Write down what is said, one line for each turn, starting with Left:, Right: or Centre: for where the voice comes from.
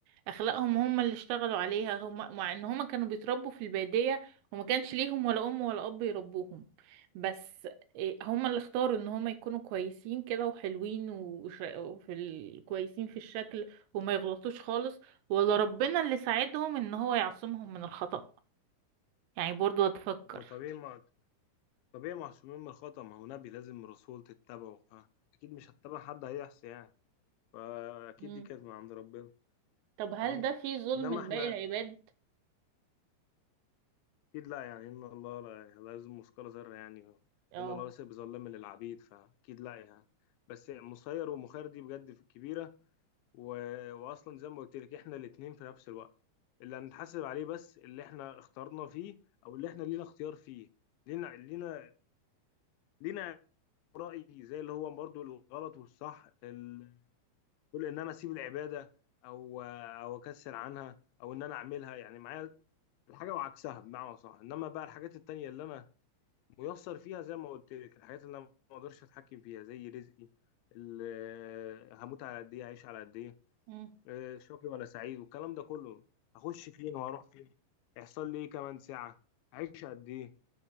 Right: أخلاقهم هم اللي اشتغلوا عليها هم مع إن هم كانوا بيتربوا في البادية وما كانش ليهم ولا أم ولا أب يربوهم بس إيه، هم اللي اختاروا إن هم يكونوا كويسين كده وحلوين وش... وفي ال... كويسين في الشكل وما يغلطوش خالص ولا ربنا اللي ساعدهم ان هو يعصمهم من الخطأ يعني برضو هتفكر
Left: هو طبيعي ما طبيعي معصومين من الخطأ ما هو نبي لازم رسول تتبعه فأكيد مش هتتبع حد هيعصي يعني فأكيد
Right: مم.
Left: دي كانت من عند ربنا
Right: طب هل
Left: تمام
Right: ده فيه ظلم
Left: إنما
Right: لباقي
Left: إحنا
Right: العباد
Left: أكيد لا يعني إن الله لا, لا يظلم مثقال ذرة يعني
Right: اه
Left: إن الله ليس بظلام للعبيد فأكيد لا يعني بس مسير ومخير دي بجد كبيرة و... وأصلا زي ما قلت لك إحنا الاتنين في نفس الوقت اللي هنتحاسب عليه بس اللي إحنا اخترنا فيه أو اللي إحنا لينا اختيار فيه لينا لينا لينا رأي زي اللي هو برضو الغلط والصح ال... كل ان انا اسيب العباده او او اكسر عنها او ان انا اعملها يعني معايا الحاجه وعكسها بمعنى صح انما بقى الحاجات التانية اللي انا ميسر فيها زي ما قلت لك الحاجات اللي انا ما اقدرش اتحكم فيها زي رزقي ال- هموت على قد ايه اعيش على قد ايه
Right: مم.
Left: آه، شقي ولا سعيد والكلام ده كله هخش فين وهروح فين هيحصل لي ايه كمان ساعه اعيش قد ايه